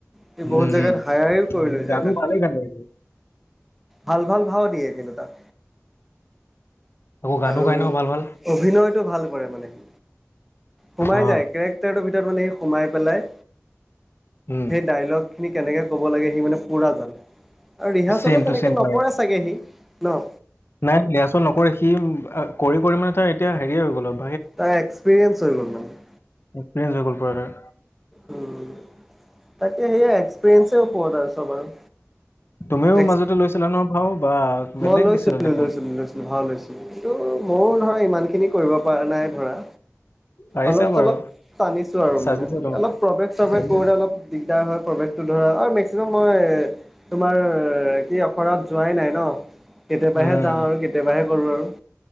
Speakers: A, in the centre; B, on the left.
A: সি বহুত
B: উম
A: জাগাত হায়াতেওঁ
B: উম
A: কৰিও লৈ যায়
B: গানো
A: তাক।
B: ভালেই গান গাইছে
A: ভাল- ভাল ভাও দিয়ে কিন্তু তাক।
B: আকৌ গানো
A: আৰু
B: গাই ন ভাল ভাল
A: অভিনয়টো ভাল কৰে মানে সি সোমাই
B: অ
A: যায় কেৰেক <unintelligible> ভিতৰত মানে সি সোমাই পেলাই
B: উম
A: সেই ডাইলগ খিনি কেনেকে ক'ব লাগে সি মানে পুৰা জানে আৰু ৰিহাৰ্চেলো
B: ছেম টু
A: তেনেকে
B: ছেম
A: নকৰে
B: পাৰে
A: চাগে সি। ন?
B: নাই ৰিহাৰ্চেল নকৰে। সি কৰি কৰি মানে তাৰ এতিয়া হেৰি হৈ গ'ল অ।
A: তাৰ এক্সপিৰিয়েঞ্চ হৈ গ'ল মানে।
B: এক্সপিৰিয়েন্স হৈ গ'ল পুৰা তাৰ।
A: উম তাকে সেইয়া এক্সপেৰিয়েন্ঞ্চৰ ওপৰত আৰু চব আৰু।
B: তুমিও
A: এক্স
B: মাজতে লৈছিলা ন ভাও বা। বেলেগ
A: মই লৈছিলো,
B: দিছিলা দেখোন
A: লৈছিলো, লৈছিলো ভাও লৈছিলো। কিন্তু মোৰ ধৰা ইমান খিনি কৰিব পৰা নাই ধৰা।
B: পাৰিছা
A: অলপ
B: বাৰু
A: চলপ টানিছো আৰু
B: চাজিছে
A: মানে।
B: তোমাক
A: অলপ প্ৰৱেশ চৱেশ
B: চাজিছে
A: কৰোতে অলপ দিগদাৰ হয়। প্ৰৱেশ টো ধৰা আৰু মেক্সিমাম মই তোমাৰ কি অখৰাত যোৱাই নাই ন। কেতিয়াবাহে
B: উম
A: যাওঁ আৰু কেতিয়াবাহে কৰো আৰু।